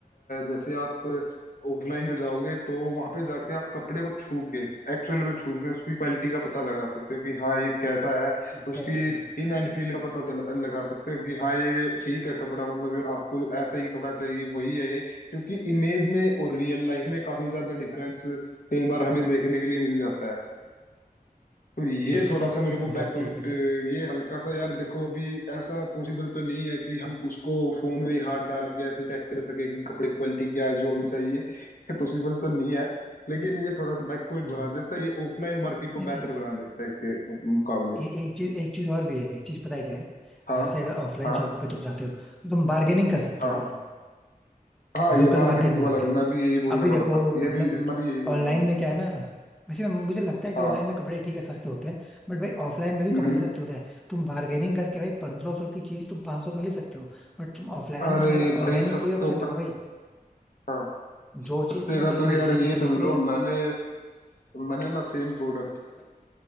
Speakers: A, on the left; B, in the centre.
A: जैसे आप ऑफलाइन में जाओगे तो वहां पे जाके आप कपड़े को छू के एक्चुअल में छू के उसकी क्वालिटी का पता लगा सकते हो कि हाँ ये कैसा है
B: Exactly
A: उसकी
B: exactly.
A: इन एंड फील का पता चला लगा सकते हो कि हाँ ये ठीक है कपड़ा मतलब आपको ऐसा ही कपड़ा चाहिए वही है ये क्योंकि इमेज में और रियल लाइफ में काफी ज्यादा डिफरेंस कई बार हमें देखने के लिए मिल जाता है तो ये
B: ये
A: थोड़ा
B: चीज
A: सा
B: तो
A: मेरे
B: तुमने
A: को
B: बहुत
A: बैक पॉइंट
B: सही कही
A: ये हल्का सा
B: ये
A: यार देखो अभी ऐसा पॉसिबल तो नहीं है कि हम उसको फोन में ही हाथ डाल के ऐसे चेक कर सके कि कपड़े की क्वालिटी क्या है जो हमें चाहिए <laughs> ये पॉसिबल तो नहीं है लेकिन ये थोड़ा सा बैक पॉइंट
B: हाँ
A: बना देता है ये ऑफलाइन मार्केट को
B: नहीं नहीं
A: बेहतर बना देता है इसके मुकाबले
B: ए, एक चीज एक चीज और भी है एक चीज पता है क्या है
A: हाँ
B: जैसे अगर ऑफलाइन
A: हाँ
B: शॉप पे तुम जाते हो तो तुम बार्गेनिंग कर सकते
A: हाँ
B: हो भाई
A: हाँ
B: लोकल
A: ये बार्गेनिंग
B: मार्केट में जाके
A: वाला भी मैं भी यही बोलने
B: अभी देखो
A: वाला था ये
B: मतलब
A: भी मैं भी यही बोलने
B: ऑनलाइन
A: वाला था
B: में क्या है ना वैसे मुझे लगता है कि
A: हाँ
B: ऑनलाइन में कपड़े ठीक है सस्ते होते हैं बट भाई ऑफलाइन में भी
A: नहीं
B: कपड़े सस्ते होते हैं तुम बार्गेनिंग करके भाई पंद्रह सौ की चीज तुम 500 सौ में ले सकते हो बट तुम ऑफलाइन
A: अरे
B: में तुम्हारे पास
A: भाई
B: ऑनलाइन में
A: सस्तों
B: कोई ऑप्शन नहीं
A: का
B: होगा भाई
A: हाँ
B: जो चीज
A: सस्ते
B: तुम्हें
A: का
B: दिख
A: तो
B: रही
A: यार
B: है जितने
A: ये सुन
B: पे
A: लो मैंने मैंने ना सेम प्रोडक्ट
B: हम्म